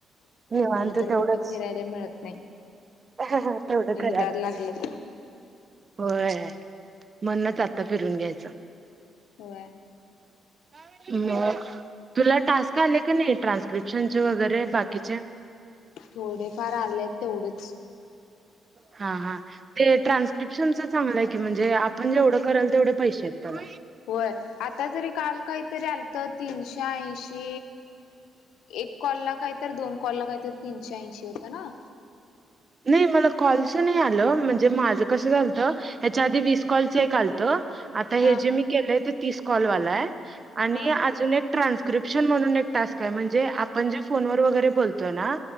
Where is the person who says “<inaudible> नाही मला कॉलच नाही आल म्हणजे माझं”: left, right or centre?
Right